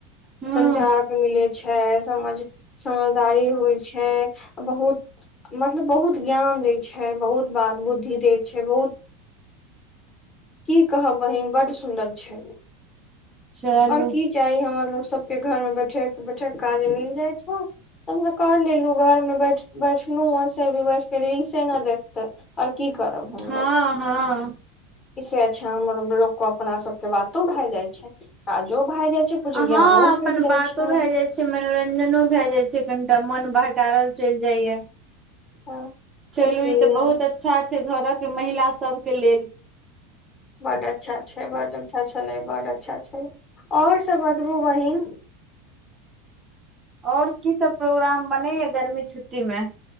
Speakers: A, on the right; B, on the left.
A: हूँ
B: समझा के मिलै छै समझ समझदारी होइ छै बहुत मतलब बहुत ज्ञान दैत छै बहुत बात बुद्धि दैत छै बहुत की कहब बहिन बड सुन्दर छै
A: चलू
B: और की चाही हमर लोग सबके घर मे बैठे बैठे के काज मिल जाइ छै तबुओ कर लेलु घर में बैठ बैठलु ओसे भी बैठ के रील्से ने देख तऽ ओर की करब हमलोग
A: हँ हँ
B: इसे अच्छा हमर लोग को अपना सब के बातो भय जाय छै काजो भय जा कुछो कुछ
A: हँ
B: ज्ञानो
A: अपन
B: भेट जाइ
A: बातो
B: छैन
A: भए जाइ मनोरंजनो भय जाय छै कनीटा मोन बहटारल चैल जाय या
B: हँ
A: चलू
B: इसलिए
A: ई तऽ बहुत अच्छा छै घरक महिला सबके लेल
B: बड अच्छा छै बड अच्छा छलै बड अच्छा छलै ओर सब बतबू बहिन
A: और की सब प्रोग्राम बनै या गर्मी छुट्टी में